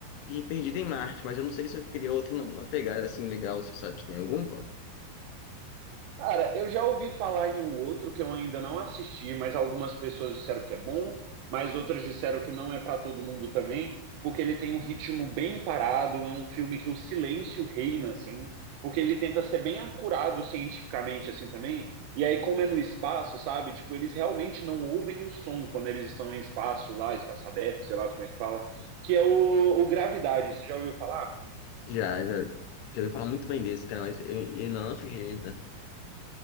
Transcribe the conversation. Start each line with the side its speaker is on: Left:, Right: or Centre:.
Left: e Perdido em Marte, mas eu não sei se eu queria outro, não. Uma pegada assim legal, você sabe se tem algum?
Right: Cara, eu já ouvi falar em um outro que eu ainda não assisti, mas algumas pessoas disseram que é bom, mas outras disseram que não é pra todo mundo também, porque ele tem um ritmo bem parado, é um filme que o silêncio reina, assim, porque ele tenta ser bem acurado cientificamente, assim, também. E aí, como é no espaço, sabe? Tipo, eles realmente não ouvem o som quando eles estão em espaço lá, espaço aberto, sei lá como é que fala, que é o, o Gravidade. Você já ouviu falar?
Left: Já, já, já ouvi falar muito bem desse, cara, mas eu, eu ainda não assisti ainda.